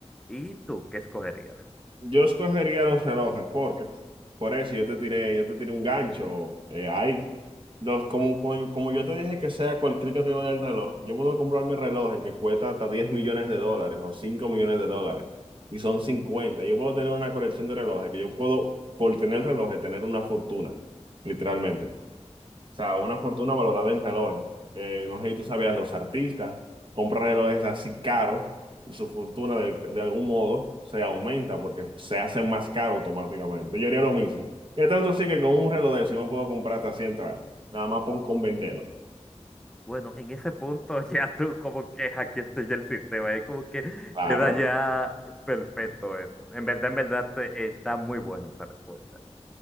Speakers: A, in the centre; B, on the right.
A: ¿Y tú qué escogerías?
B: Yo escogería los relojes, porque por eso yo te tiré, yo te tiré un gancho eh, ahí. No, como, como como yo te dije que sea cualquier categoría del reloj, yo puedo comprar mi reloj que cuesta hasta 10 millones de dólares o 5 millones de dólares y son cincuenta Yo puedo tener una colección de relojes que yo puedo, por tener relojes, tener una fortuna, literalmente. O sea, una fortuna valorada en relojes. eh no sé si tú sabías, los artistas compran relojes así caros y su fortuna de, de algún modo se aumenta porque se hacen más caros automáticamente. Yo haría lo mismo. Y tanto así que con un reloj de eso yo me puedo comprar hasta 100 trajes. Nada más por, con venderlo.
A: Bueno, en ese punto <laughs> ya tú como que hackeaste ya el sistema, es como que
B: Claro.
A: queda ya perfecto eso. En verdad, en verdad te- eh, está muy buena esa respuesta.